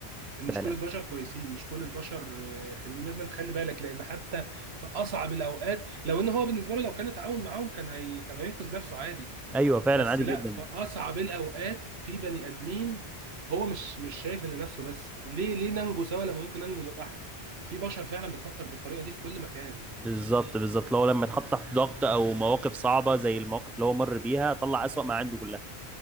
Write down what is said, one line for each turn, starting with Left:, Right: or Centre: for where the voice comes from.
Right: إن مش
Centre: فعلا
Right: كل البشر كويسين مش كل البشر آه، حلوين لازم تخلي بالك لأن حتى في أصعب الأوقات لو إن هو بالنسبة له لو كان اتعاون معاهم كان هي كان هينقذ نفسه عادي
Centre: ايوه فعلا
Right: بس
Centre: عادي
Right: لا
Centre: جدا
Right: في اصعب الاوقات في بني ادمين هو مش مش شايف الا نفسه بس ليه ليه ننجو سوا لما ممكن ننجو لوحدي في بشر فعلا بتفكر بالطريقه دي في كل مكان
Centre: بالظبط بالظبط لو لما يتحط تحت ضغط او مواقف صعبه زي المواقف اللي هو مر بيها طلع اسوأ ما عنده كلها